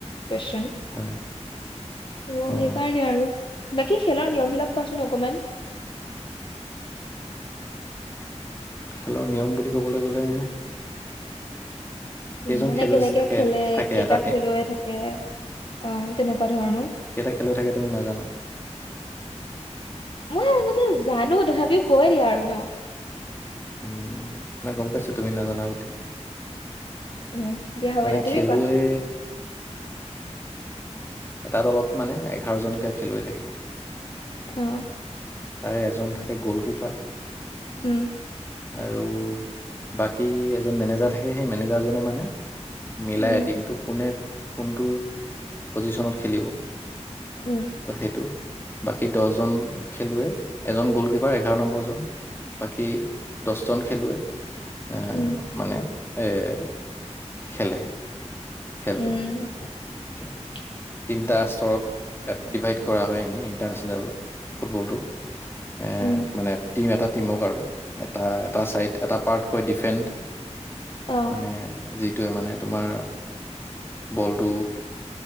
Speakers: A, on the left; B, on the left.
A: কোৱেছন,
B: হয়,
A: ত
B: অ'
A: সেই কাৰণে আৰু বাকী খেলৰ নিয়ম বিলাক কোৱাচোন অকমান?
B: খেলৰ নিয়ম বুলি ক'বলৈ গ'লে কেইজন
A: উম, মানে
B: খেলুৱৈ
A: কেনেকে
B: থাকে
A: খেলে?
B: থাকে
A: কেইটা
B: এটা টিম
A: খেলুৱৈ থাকে? অহ, তেনেকুৱা ধৰণৰ
B: কেইটা খেলুৱৈ থাকে তুমি নাজানা
A: মই মানে জানো, তথাপিও কৈ দিয়া আৰু ন।
B: উম, নাই গম পাইছো তুমি নাজানা বুলি।
A: উম দিয়া হ'ব
B: মানে
A: দিয়া
B: খেলুৱৈ
A: তুমি কোৱা
B: এটা দলত মানে, এঘাৰ জনকে খেলুৱৈ থাকে।
A: অ'হ
B: তাৰে এজন থাকে গ'ল কীপাৰ
A: উম
B: আৰু বাকী এজন মেনেজাৰ থাকে, সেই মেনেজাৰজনে মানে মিলাই
A: উম
B: টিমটোক কোনে কোনটো পজিশনত খেলিব ত'
A: উম
B: সেইটো বাকী দহজন খেলুৱে এজন গলকিপাৰ এঘাৰ নম্বৰ জন বাকী দছজন খেলুৱৈ
A: উম
B: মানে এ খেলে
A: উম
B: খেলটো কে তিনিটা স্তৰত ডিভাইড কৰা হয় এনেই ইণ্টাৰনেচনেল ফুটবলটো এ
A: উম
B: মানে টিম এটা টিমক আৰু এটা এটা চাইড এটা পাৰ্টকৈ ডিফেণ্ড
A: অ
B: মানে যি এইটোৱে মানে তোমাৰ বলটো